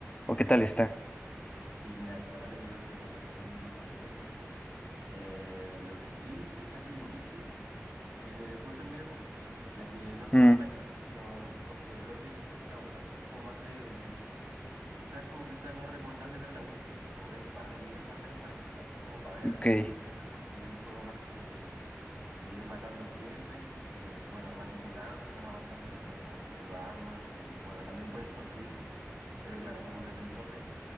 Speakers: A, on the left; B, on the right.
A: o qué tal está.
B: Sí, mira, el Terraria yo te lo recomiendo al 100%. Eh, lo que sí, quizás el inicio eh, puede ser medio confuso, ya que no es como
A: Mm,
B: el Minecraft, uno rompe bloques y empieza a avanzar. Es como más de, quizás como que sea más recomendable ver la wiki o ver un par de videos al menos para empezar, como para
A: ok,
B: ver cómo funciona, porque es un juego más de de ir matando jefes que, bueno, vas invocando y vas avanzando en el juego, vas obteniendo armas y, bueno, también puedes construir, pero claro, como desde el 2D.